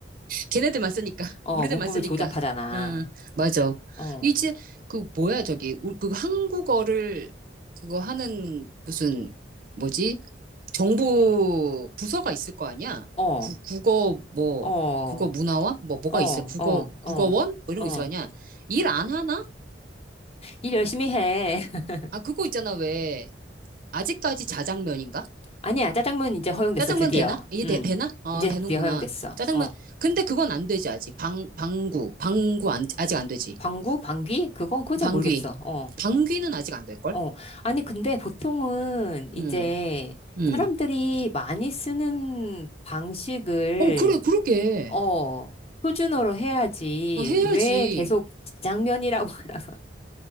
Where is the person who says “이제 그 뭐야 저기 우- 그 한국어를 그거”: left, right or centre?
Right